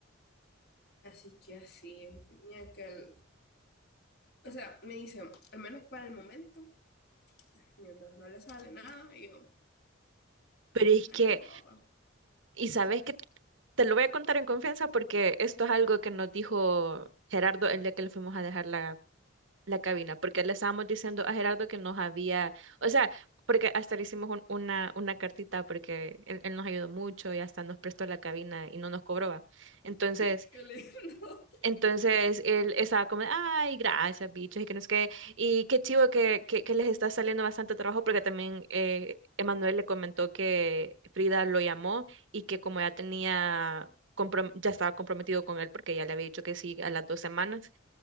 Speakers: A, on the left; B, on the right.
A: Así que así, y aquel, o sea, me dice, al menos para el momento, mientras no le sale nada, y yo,
B: Pero es
A: ay,
B: que,
A: pe boba,
B: y sabes que te lo voy a contar en confianza porque esto es algo que nos dijo Gerardo el día que le fuimos a dejar la la cabina, porque le estábamos diciendo a Gerardo que nos había, o sea, porque hasta le hicimos un- una, una cartita porque él, él nos ayudó mucho y hasta nos prestó la cabina y no nos cobraba. Entonces,
A: <laughs> qué lindo.
B: entonces él estaba como, ay, gracias, bichos, y que no es que, y qué chivo que, que, que les está saliendo bastante trabajo, porque también eh, Emanuel le comentó que Frida lo llamó y que como ya tenía... comprom- ya estaba comprometido con él porque ya le había dicho que sí a las dos semanas,